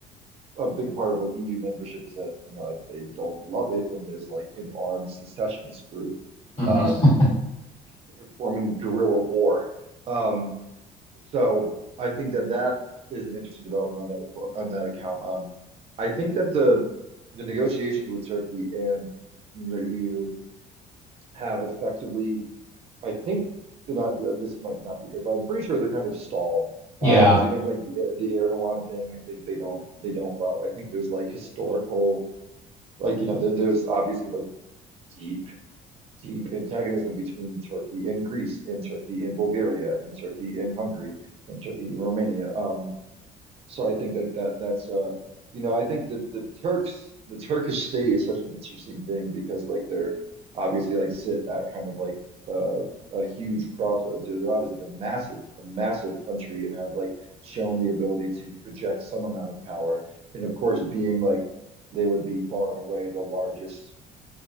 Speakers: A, on the right; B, on the left.
A: a big part of like EU membership is that, you know, I, they don't love it when there's like an armed secessionist group
B: hmm
A: um performing guerrilla war. Um so I think that that is an interesting development on that on that account. Um I think that the the negotiations with Turkey and the EU have effectively I think and I, this might not be correct, but I'm pretty sure they're kind of stalled.
B: <laughs> Yeah.
A: Um, because you mentioned like the, the Erdogan thing, I think they don't they don't love. I think there's like historical, like you know, there, there's obviously like deep deep antagonism between Turkey and Greece, and Turkey and Bulgaria, and Turkey and Hungary, and Turkey and Romania. Um, so I think like that that's uh you know I think the the Turks the Turkish state is such an interesting thing because like they're obviously like sit at kind of like uh, a huge crossroads there. They're obviously like a massive a massive country and have like shown the ability to project some amount of power. And of course, being like they would be far and away the largest